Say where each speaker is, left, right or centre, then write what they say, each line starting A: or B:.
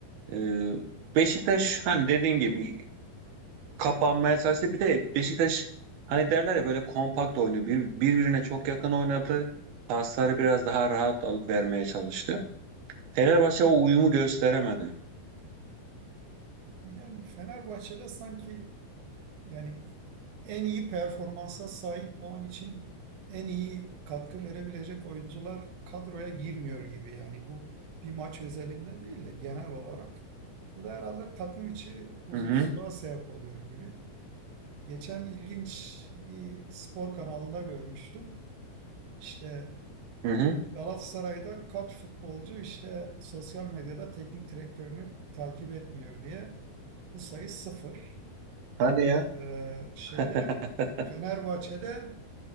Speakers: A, on the right; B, on the right.
A: E, Beşiktaş hani dediğin gibi kapanmaya çalıştı. Bir de Beşiktaş hani derler ya böyle kompakt oynuyor. Bir, birbirine çok yakın oynadı. Pasları biraz daha rahat alıp vermeye çalıştı. Fenerbahçe o uyumu gösteremedi.
B: Yani Fenerbahçe'de sanki yani en iyi performansa sahip o an için en iyi katkı verebilecek oyuncular kadroya girmiyor gibi. Yani bu bir maç özelinde değil de genel olarak. Bu da herhalde takım içi huzursuzluğa
A: Hı hı.
B: sebep oluyor gibi. Geçen ilginç bir spor kanalında görmüştüm. İşte
A: Hı hı.
B: Galatasaray'da kaç futbolcu işte sosyal medyada teknik direktörünü takip etmiyor diye. Bu sayı sıfır.
A: Hadi ya.
B: Ee, şeyde
A: <laughs>
B: Fenerbahçe'de